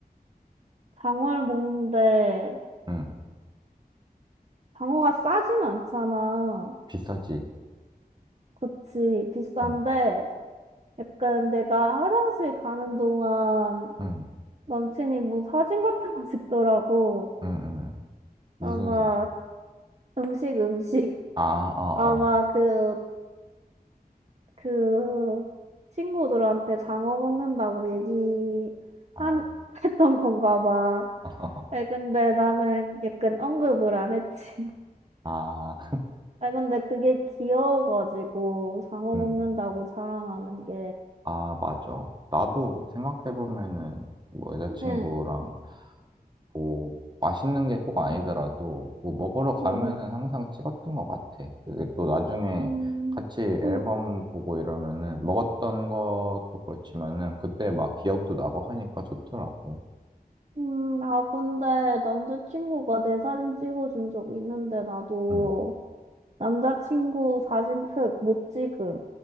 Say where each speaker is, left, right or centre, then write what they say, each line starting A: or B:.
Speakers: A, on the right (about 45°); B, on the right (about 30°).
A: 장어를 먹는데
B: 응.
A: 방어가 싸진 않잖아.
B: 비싸지.
A: 그치, 비싼데,
B: 응,
A: 약간 내가 화장실 가는 동안
B: 응,
A: 남친이 뭐 사진 같은 거 찍더라고.
B: 응, 응. 무슨
A: 아마
B: 사진?
A: 음식, 음식.
B: 아, 어,
A: 아마
B: 어.
A: 그, 그 친구들한테 장어 먹는다고 얘기
B: 아,
A: 한, 했던 건가 봐.
B: <laughs>
A: 아 근데 나는 약간 언급을 안 했지. <laughs>
B: 아,
A: 아 근데 그게 귀여워가지고 장어
B: 응.
A: 먹는다고 자랑하는 게.
B: 아, 맞아. 나도 생각해보면은, 뭐, 여자친구랑,
A: 응.
B: 뭐, 맛있는 게 꼭 아니더라도, 뭐, 먹으러 가면은
A: 응.
B: 항상 찍었던 것 같아. 이게 또 나중에
A: 음,
B: 같이 앨범
A: 음,
B: 보고 이러면은, 먹었던 것도 그렇지만은, 그때 막 기억도 나고 하니까 좋더라고.
A: 음, 아, 근데 남자친구가 내 사진 찍어준 적 있는데, 나도
B: 응.
A: 남자친구 사진 특 못 찍음.